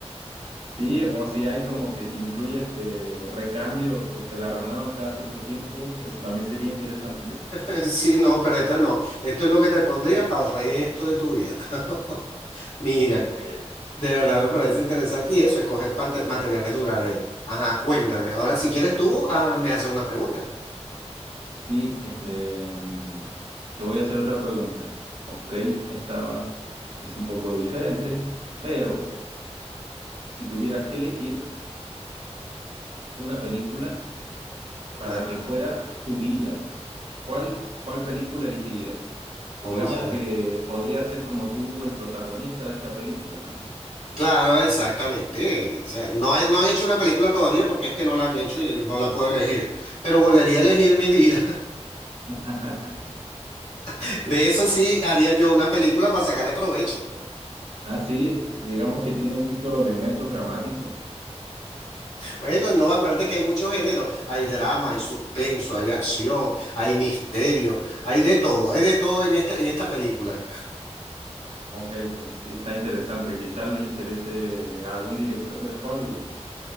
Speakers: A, on the right; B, on the left.
A: Sí, o si hay como que si incluye este, recambios o te la renuevan cada cierto tiempo, eso también sería interesante.
B: <laughs> Sí, no, pero esta no. Esto es lo que te pondría para el resto de tu vida. <laughs> Mira.
A: Ok.
B: De verdad me parece interesante y eso, escoger pante- materiales duraderos. Ajá, cuéntame. Ahora, si quieres tú, ah, me haces una pregunta.
A: Sí, este, mm, te voy a hacer otra pregunta, ¿ok? Esta es un poco diferente, pero si tuvieras que elegir una película para
B: Ah,
A: que fuera tu vida, ¿cuál, cuál película elegirías?
B: cónchale.
A: Digamos que podría ser como tú el protagonista de esta película, ¿no?
B: Claro, exactamente. O sea, no, hay- no han hecho una película todavía porque es que no la han hecho y no la puedo elegir. Pero volvería a elegir mi vida.
A: <laughs>
B: <laughs> De eso sí haría yo una película para sacarle provecho.
A: Ah, sí, digamos que tiene muchos elementos dramáticos.
B: Bueno, no, acuérdate que hay muchos géneros. Hay drama, hay suspenso, hay acción, hay misterio, hay de todo, hay de todo en esta, en esta película.
A: Ok, sí, sí, está interesante. Quizás le interese a algún director de Hollywood.